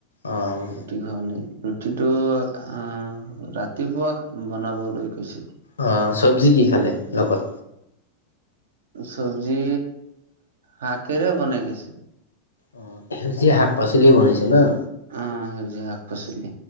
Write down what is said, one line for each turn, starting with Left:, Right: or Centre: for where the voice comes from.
Left: অ'।
Right: ৰুটি খোৱা নাই, ৰুটিটো আহ ৰাতিপুৱা বনাবলৈ গৈছিল।
Left: অ', চব্জি কি খালে লগত?
Right: চব্জি, শাকেৰে বনাই খাইছো।
Left: অ', সেউজীয়া শাক-পাচলিয়ে বনাইছে নহ?
Right: অ সেউজীয়া শাক পাচলি